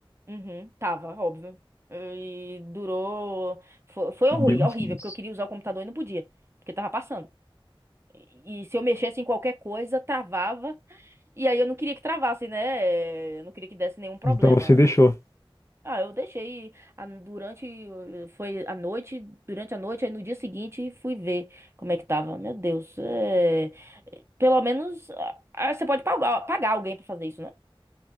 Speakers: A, on the right; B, on the left.
A: Uhum, tava, óbvio. E durou. Foi, foi
B: E
A: horri-
B: mesmo
A: horrível,
B: assim.
A: porque eu queria usar o computador e não podia, porque tava passando. E, e se eu mexesse em qualquer coisa, travava. E aí eu não queria que travasse, né? Eh, Eu não queria que desse nenhum problema.
B: Então você deixou.
A: Ah, eu deixei a- durante. eh, Foi à noite, durante a noite, aí no dia seguinte fui ver como é que tava. Meu Deus, é, pelo menos ah, ah, você pode pagar, pagar alguém pra fazer isso, né?